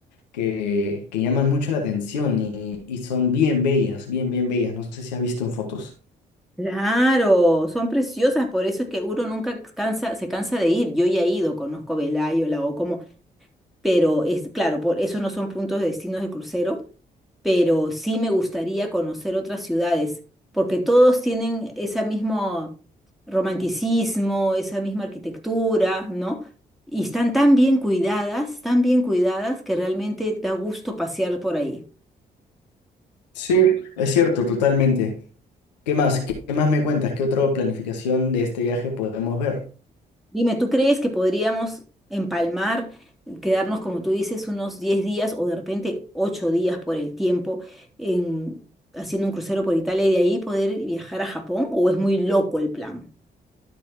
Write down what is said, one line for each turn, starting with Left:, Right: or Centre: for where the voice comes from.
Left: que, que llaman mucho la atención y, y son bien bellas, bien, bien bellas. No sé si has visto en fotos.
Centre: Claro, son preciosas, por eso es que uno nunca cansa, se cansa de ir. Yo ya he ido, conozco Velayo, la Ocomo, pero es claro, por eso no son puntos de destinos de crucero, pero sí me gustaría conocer otras ciudades, porque todos tienen ese mismo romanticismo, esa misma arquitectura, ¿no? Y están tan bien cuidadas, tan bien cuidadas, que realmente da gusto pasear por ahí.
Left: Sí, es cierto, totalmente. ¿Qué más? ¿Qué, qué más me cuentas? ¿Qué otra planificación de este viaje podemos ver?
Centre: Dime, ¿tú crees que podríamos empalmar, quedarnos, como tú dices, unos 10 días o de repente 8 días por el tiempo en, haciendo un crucero por Italia y de ahí poder viajar a Japón? ¿O es muy loco el plan?